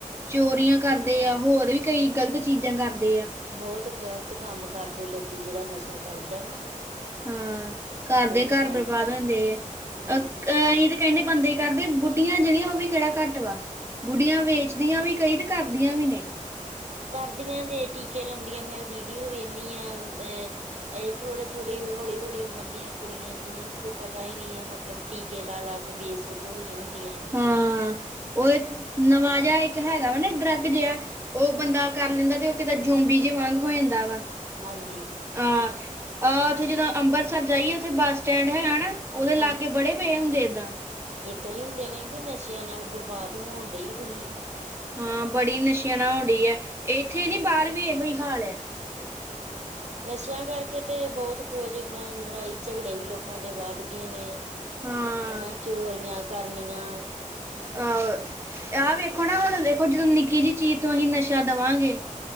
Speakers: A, on the right; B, on the right.
A: ਚੋਰੀਆਂ
B: ਹਮ
A: ਕਰਦੇ ਆ ਹੋਰ ਵੀ ਕਈ ਗ਼ਲਤ ਚੀਜ਼ਾਂ ਕਰਦੇ ਆ
B: ਬਹੁਤ ਗ਼ਲਤ ਕੰਮ ਕਰਦੇ ਲੋਕੀ ਜਿਹੜਾ ਨਸ਼ਾ ਕਰਦਾ ਨਾ
A: ਹਾਂ ਘਰ
B: ਉਹ ਬਹੁਤ
A: ਦੇ ਘਰ
B: ਗ਼ਲਤ
A: ਬਰਬਾਦ ਹੁੰਦੇ ਆ ਅ
B: ਹਾਂਜੀ
A: ਅਸੀਂ ਤੇ ਕੈਂਦੇ, ਬੰਦੇ ਕਰਦੇ। ਬੁੱਡੀਆਂ ਜਿੜੀਆਂ, ਔ ਵੀ ਕੇੜਾ ਘਟ ਵਾ। ਬੁੱਡੀਆਂ ਵੇਚਦੀਆਂ ਵੀ ਕਈ ਤੇ ਕਰਦੀਆਂ ਵੀ ਨੇ
B: ਕਰਦੀਆਂ ਜੇ ਟੀਕੇ ਲਾਉਂਦੀਆਂ ਮੈਂ ਵੀਡੀਓ ਵੇਂਦੀ ਹਾਂ ਅਹ ਐ, ਥੋੜ੍ਹੇ-ਥੋੜ੍ਹੀ, ਹੌਲੀ-ਹੌਲੀ ਉਮਰ ਦੀਆਂ ਕੁੜੀਆਂ, ਜਿਨਾਂ ਨੂੰ ਕੋਈ ਪਤਾ ਈ ਨੀ ਐ, ਮਤਲਬ ਟੀਕੇ ਲਾ-ਲਾ ਕੇ, ਬੇਸੁੱਧ ਹੋਈਆਂ ਹੁੰਦੀਆਂ ਨ।
A: ਹਾਂ, ਔ ਏਕ ਨਵਾ ਜੇਆ ਏੱਕ ਹੈਗਾ ਵੇ ਨਾ, ਡਰਗ ਜੇਆ। ਔ ਬੰਦਾ ਕਰ ਲੈਂਦਾ, ਤੇ ਔ, ਕਿਤੇ ਜੋੋਂਬੀ ਜੇ ਵਾਂਗ ਹੋ ਜਾਂਦਾ ਵਾ।
B: ਹਾਂਜੀ।
A: ਆਂ, ਆ ਉੱਥੇ, ਜਦੋਂ ਅਬੰਰਸਰ ਜਾਈਏ, ਉੱਥੇ ਬੱਸ ਸਟੈਂਡ ਹੈਗਾ ਨਾ, ਔਦੇ ਲਾਗੇ
B: ਹਾਂਜੀ
A: ਬੜੇ ਪੇ ਹੁੰਦੇ ਏਦਾਂ।
B: ਏਦਾਂ ਈ ਹੁੰਦੇ ਨੇ, ਕਿ ਨਸ਼ਿਆਂ ਨਾਲ ਬਰਬਾਦ ਹੋਣ ਡਈ ਦੁਨੀਆਂ।
A: ਹਾਂ, ਬੜੀ ਨਸ਼ਿਆਂ ਨਾਲ ਹੋਣ ਡੀ ਐ। ਏੱਥੇ ਨੀ ਬਾਰ ਵੀ ਏੱਹੋ ਹੀ ਹਾਲ ਐ।
B: ਨਸ਼ਿਆਂ ਕਰਕੇ ਤੇ ਬਹੁਤ ਕੁਝ ਏਦਾਂ ਲੜਾਈ ਝਗੜੇ ਵੀ ਲੋਕਾਂ ਦੇ ਵੱਧ ਗਏ ਨੇ
A: ਹਾਂ
B: ਹਨਾ ਚੋਰੀਆਂ ਕਰਨੀਆਂ,
A: ਆਂ ਆਹ ਵੇਖੋ ਨਾ ਹੁਣ ਦੇਖੋ, ਜਦੋਂ ਨਿੱਕੀ ਜਿਹੀ ਚੀਜ਼ ਤੋਂ ਅਸੀਂ ਨਸ਼ਾ ਦੇਵਾਂਗੇ